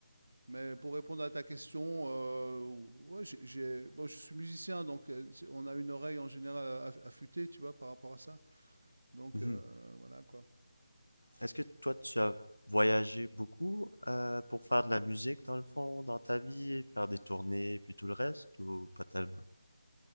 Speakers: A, on the right; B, on the left.
A: Mais pour répondre à ta question, euh, ouais, j'ai, j'ai- bon, je suis musicien, donc euh, c'est- on a une oreille en général aff- affûtée, tu vois, par rapport à ça. Donc
B: mhm.
A: Mhm. euh, voilà quoi.
B: Est-ce que toi, tu as voyagé beaucoup euh, pour faire de la musique dans le fond, dans ta vie, faire des tournées, puis tout le reste, ou pas tellement?